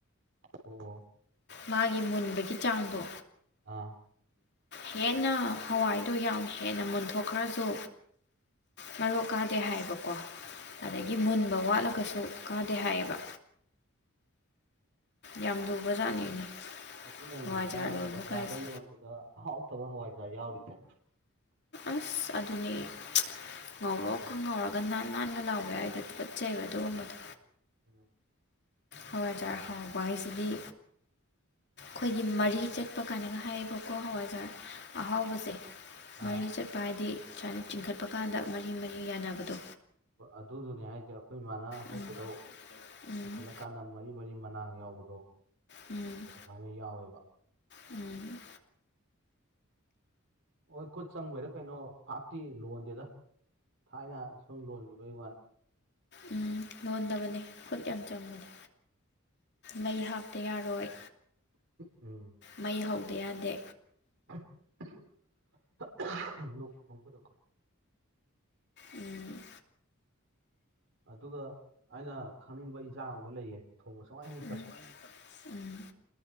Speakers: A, on the right; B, on the left.
A: ꯑꯣ
B: ꯃꯥꯒꯤ ꯃꯨꯟꯕꯒꯤ ꯆꯥꯡꯗꯣ
A: ꯑꯥ
B: ꯍꯦꯟꯅ ꯍꯋꯥꯏꯗꯣ ꯌꯥꯝ ꯍꯦꯟꯅ ꯃꯨꯟꯊꯣꯛꯈ꯭ꯔꯖꯨ ꯃꯔꯣꯛ ꯀꯥꯗꯦ ꯍꯥꯏꯌꯦꯕꯀꯣ ꯑꯗꯒꯤ ꯃꯨꯟꯕ ꯋꯥꯠꯂꯒꯁꯨ ꯀꯥꯗꯦ ꯍꯥꯏꯌꯦꯕ ꯌꯥꯝ ꯂꯨꯕꯖꯥꯠꯅꯤꯅꯦ
A: ꯑꯗꯨꯅꯅꯤꯗꯅ
B: ꯍꯋꯥꯏꯖꯥꯔ ꯂꯣꯟꯕ
A: ꯕꯖꯥꯔꯗ
B: ꯀꯥꯏꯁꯦ
A: ꯌꯣꯟꯕꯗ ꯑꯍꯥꯎꯇꯕ ꯍꯋꯥꯏꯖꯥꯔ ꯌꯥꯎꯔꯤꯖꯦ
B: ꯑꯁ ꯑꯗꯨꯅꯦ ꯉꯧꯔꯣꯛꯀ ꯉꯧꯔꯒ ꯅꯥꯟ ꯅꯥꯟꯒ ꯂꯥꯎꯕ ꯌꯥꯎꯔꯤꯗꯣ ꯇꯨꯀꯠꯆꯩꯩꯕ ꯑꯗꯨꯒꯨꯝꯕꯗꯣ
A: ꯎꯝ
B: ꯍꯧꯋꯥꯏꯖꯥ ꯍꯥꯎꯕ ꯍꯥꯏꯁꯤꯗꯤ ꯈꯣꯏꯒꯤ ꯃꯔꯤ ꯆꯠꯄ ꯀꯥꯏꯅꯒ ꯍꯥꯏꯌꯦꯕꯀꯣ ꯍꯋꯥꯏꯖꯥꯔ ꯑꯍꯥꯎꯕꯁꯦ
A: ꯑꯥ
B: ꯃꯔꯤ ꯆꯠꯄ ꯍꯥꯏꯗꯤ ꯁꯨꯃꯥꯏꯅ ꯆꯤꯡꯈꯠꯄ ꯀꯥꯟꯗ ꯃꯔꯤ ꯃꯔꯤ ꯌꯥꯅꯕꯗꯣ
A: ꯍꯣꯏ ꯑꯗꯨꯗꯨꯅꯦ ꯍꯥꯏꯖꯦ ꯑꯈꯣꯏꯃꯥꯅ ꯍꯧꯕꯗꯣ
B: ꯎꯝ ꯎꯝ
A: ꯆꯤꯡꯈꯠꯂꯀꯥꯟꯗ ꯃꯔꯤ ꯃꯔꯤ ꯃꯅꯥꯡ ꯌꯥꯎꯕꯗꯣ
B: ꯎꯝ
A: ꯑꯗꯨꯃꯥꯏꯅ ꯌꯥꯎꯋꯦꯕ
B: ꯎꯝ
A: ꯍꯣꯏ ꯈꯨꯠ ꯆꯪꯕꯩꯔ ꯀꯩꯅꯣ ꯄꯥꯥꯛꯇꯤ ꯂꯣꯟꯗꯦꯗ ꯊꯥꯏꯅ ꯁꯨꯝ ꯂꯣꯟꯒꯤꯕꯩ ꯋꯥꯅꯤ
B: ꯎꯝ ꯂꯣꯟꯗꯕꯅꯤ ꯈꯨꯠ ꯌꯥꯝ ꯆꯪꯕꯅꯤ ꯂꯩ ꯍꯥꯞꯇ ꯌꯥꯔꯣꯏ
A: ꯎꯝ
B: ꯃꯩ ꯍꯧꯗ ꯌꯥꯗꯦ
A: <unintelligible>
B: ꯎꯝ
A: ꯑꯗꯨꯒ ꯑꯩꯅ ꯈꯪꯅꯤꯡꯕ ꯏꯟꯖꯥꯡ ꯑꯃꯒ ꯂꯩꯌꯦ ꯊꯣꯡꯕ ꯁꯨꯡꯍꯩ ꯍꯩꯇꯕ
B: ꯎꯝ ꯎꯝ